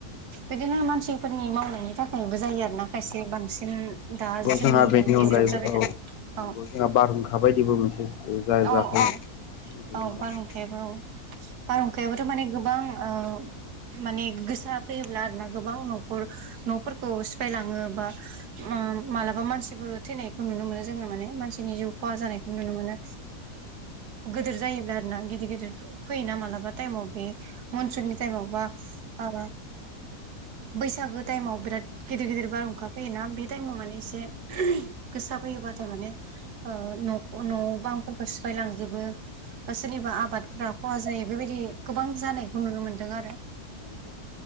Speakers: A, on the right (about 80°); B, on the left (about 75°).
A: बिदिनो मानसिफोरनि मावनायनि थाखायबो जायो आरो ना खायसे बांसिन दा जोंनि
B: जोंहा बेनि अनगायैबो
A: गेजेराव जाबाय थानाय
B: औ नंगौ
A: औ।
B: बारहुंखा बायदिबो मोनसे जा
A: औ
B: जाथाय
A: औ
B: सोमजियो
A: बाव
B: नङा होमबा
A: बारहुंखायाबो औ। बारहुंखायाबोथ' माने गोबां ओ माने गोसा फैयोब्ला आरो ना गोबां न' न'फोरखौ सिफायलाङो बा उम मालाबा मानसिबो थैनायखौ नुनो मोनो जोङो माने मानसिनि जिउ खहा जानायखौ नुनो मोनो। गोदोर जायोब्ला आरोना गिदिर गिदिर फैयोना मालाबा टाइमाव बे मनसुननि टाइमाव बा ओ बैसागो टाइमाव बिराद गिदिर गिदिर बार अखा फैयोना बे टाइमाव माने एसे गोसा फैयोबाथाय माने ओ न' न'बांफोरखौ सिफायलांजोबो। बा सोरनिबा आबादफोरा खहा जायो बेबायदि गोबां जानायखौ नुनो मोन्दों आरो।
B: नंगौ